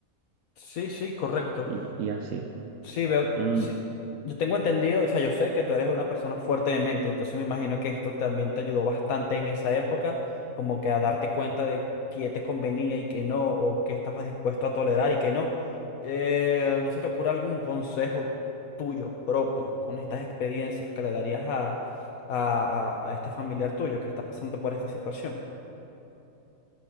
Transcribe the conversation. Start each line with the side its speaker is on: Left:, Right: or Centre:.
Left: Sí, sí, correcto.
Right: y, y así.
Left: Sí, veo, que-
Right: En-
Left: sí. Yo tengo entendido, o sea, yo sé que tú eres una persona fuerte de mente, entonces me imagino que esto también te ayudó bastante en esa época, como que a darte cuenta de qué te convenía y qué no, o qué estabas dispuesto a tolerar y qué no. Eh, ¿no se te ocurre algún consejo tuyo propio con estas experiencias que le darías a, a a- a este familiar tuyo que está pasando por esta situación?